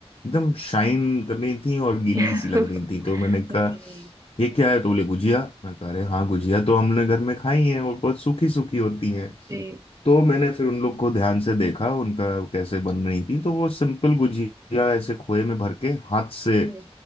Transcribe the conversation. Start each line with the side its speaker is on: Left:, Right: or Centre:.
Left: एकदम शाइन कर रही थी और गीली
Right: <laughs>
Left: सी लग रही थी तो मैंने कहा
Right: जी
Left: ये क्या है तो बोले गुजिया मैं कह रहे हाँ गुजिया तो हमने घर में खाई है और बहुत सूखी सूखी होती है
Right: जी
Left: तो मैंने फिर उन लोग को ध्यान से देखा उनका कैसे बन रही थी तो वो सिंपल गुजिया ऐसे खोए में भर के हाथ से
Right: जी